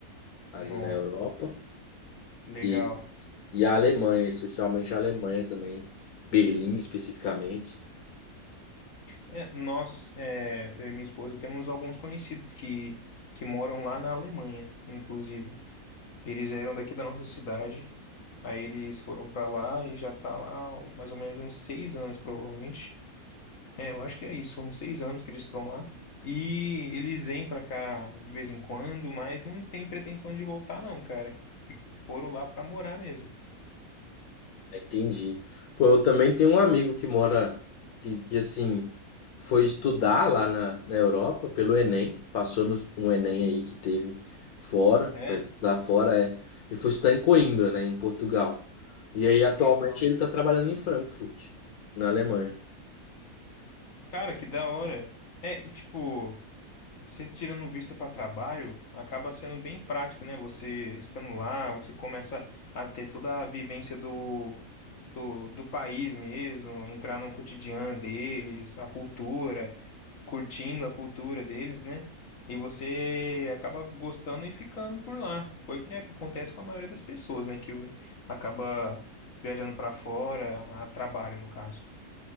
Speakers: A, on the left; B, on the left.
A: ali
B: No,
A: na Europa,
B: legal.
A: e, e a Alemanha, especialmente a Alemanha também, Berlim especificamente.
B: É, nós, é, eu e minha esposa, temos alguns conhecidos que, que moram lá na Alemanha, inclusive. Eles eram daqui da nossa cidade, aí eles foram para lá e já tá lá há mais ou menos uns seis anos, provavelmente. É, eu acho que é isso, uns seis anos que eles estão lá. E eles vêm para cá de vez em quando, mas não tem pretensão de voltar, não, cara. Fi- Foram lá para morar mesmo.
A: Entendi. Pô, eu também tenho um amigo que mora, que, que assim, foi estudar lá na, na Europa pelo Enem, passou no, no Enem aí que teve fora,
B: É,
A: para estudar fora, é, e foi estudar em Coimbra, né, em Portugal. E aí atualmente
B: legal.
A: ele tá trabalhando em Frankfurt, na Alemanha.
B: Cara, que da hora. É, tipo. Você tirando vista para trabalho, acaba sendo bem prático, né? Você estando lá, você começa a ter toda a vivência do, do, do país mesmo, entrar no cotidiano deles, a cultura, curtindo a cultura deles, né? E você acaba gostando e ficando por lá. Foi é o que acontece com a maioria das pessoas, né? Que acaba viajando para fora, a trabalho, no caso.